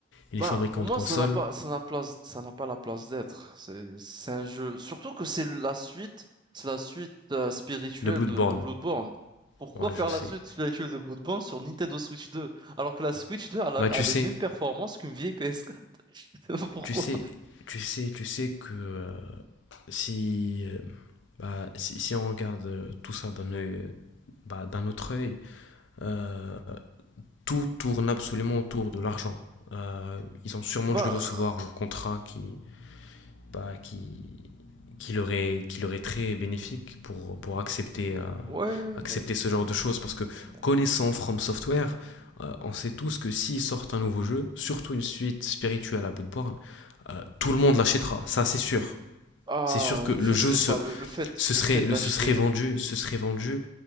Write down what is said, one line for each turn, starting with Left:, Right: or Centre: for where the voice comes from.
Left: et les
Right: Ben,
Left: fabricants
Right: pour moi,
Left: de consoles
Right: ça n'a pas, ça n'a place, ça n'a pas la place d'être. C'est, c'est un jeu. Surtout que c'est la suite, c'est la suite euh, spirituelle
Left: de Bloodborne.
Right: de, de Bloodborne. Pourquoi
Left: Ouais,
Right: faire
Left: je sais.
Right: la suite spirituelle de Bloodborne sur Nintendo Switch 2? Alors que la Switch 2 a, la-
Left: Bah
Right: a
Left: tu
Right: les
Left: sais,
Right: mêmes performances qu'une vieille PS4. <laughs> Pourquoi?
Left: tu sais, tu sais, tu sais que euh, si, euh, bah, si, si on regarde euh, tout ça d'un œil, euh, bah, d'un autre œil, euh, tout tourne absolument autour de l'argent. Euh, ils ont sûrement
Right: Ben,
Left: dû recevoir un contrat qui, bah, qui, qui, leur est, qui leur est très bénéfique pour, pour accepter, euh,
Right: ouais,
Left: accepter
Right: bon.
Left: ce genre de choses. Parce que
Right: bon.
Left: connaissant From Software, euh, on sait tous que s'ils sortent un nouveau jeu, surtout une suite spirituelle à Bloodborne, euh, tout le monde l'achètera, ça c'est sûr.
Right: Ah,
Left: C'est sûr que le
Right: je
Left: jeu
Right: sais
Left: se,
Right: pas. Le, le fait,
Left: se
Right: le
Left: serait,
Right: fait
Left: le,
Right: d'acheter,
Left: se serait vendu, se serait vendu